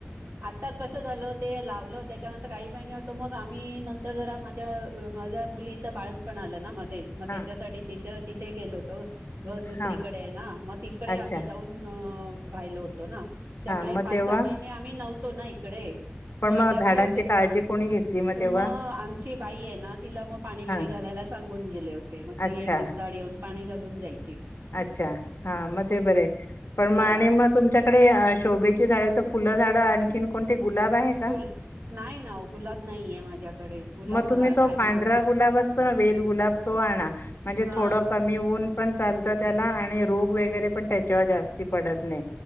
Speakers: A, on the right; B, on the left.
A: आता कसं झालं ते लावलं त्याच्यानंतर काही महिने होत, मग आम्ही नंतर जरा माझ्या माझ्या मुलीचं बाळंतपण आलं ना मग तेच मग
B: हां,
A: त्याच्यासाठी तिच्या तिथे गेलो होतो. घर दुसरीकडे
B: हां.
A: आहे ना, मग तिकडे
B: अच्छा.
A: आम्ही जाऊन राहिलो. होतो ना त्यामुळे
B: हा मग
A: पाच,
B: तेव्हा
A: सहा महिने आम्ही नव्हतो ना इकडे मग
B: पण
A: त्यामुळे
B: झाडांची
A: ते
B: काळजी कोणी घेतली
A: तर
B: तेव्हा
A: मग आमची बाई आहे ना तिला मग पाणी बीणी
B: हा
A: घालायला सांगून गेले होते मग ती
B: अच्छा
A: एक दिवस पाणी घालून जाई
B: अच्छा हां मग ते बरं आहे पण
A: हा
B: मग आणि मग तुमच्याकडं हे आ शोभेची झाड तर फुलं झाड आणखीन कोणते गुलाब आहे का?
A: फुल नाही ना गुलाब नाही आहे माझ्याकडे गुलाब
B: मग तुम्ही तो
A: काय
B: पांढरा
A: माहिती राह
B: गुलाब असतो ना वेल गुलाब तो पण म्हणजे
A: हा
B: थोडं कमी ऊन. चालत त्याला आणि रोग वगैरे पण त्याच्यावर जास्ती पडत नाही.